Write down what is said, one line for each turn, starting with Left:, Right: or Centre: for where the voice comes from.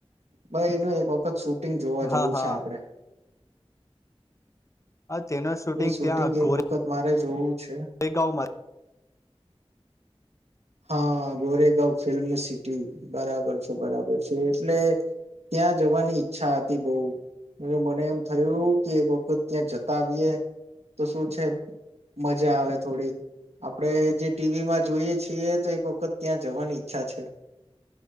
Right: ભાઈ એનું એક વખત શૂટિંગ જોવા જવું
Left: હા હા
Right: છે આપણેે.
Left: હ તેના શૂટિંગ
Right: એ
Left: ત્યાં ગોરે
Right: એક વખત મારે જોવું છે
Left: ગાવમાં
Right: હા ગોરેગાંવ ફિલ્મ સિટી બરાબર છે બરાબર છે એટલે ત્યાં જવાની ઈચ્છા હતી બહુ. એ મને એમ થયું કે એક વખત ત્યાં જતા આવીએ તો શું છે મજા આવે થોડી, આપડણે જે ટીવીમાં જોઈએ છીએ તો એક વખત ત્યાં જવાની ઈચ્છા છે.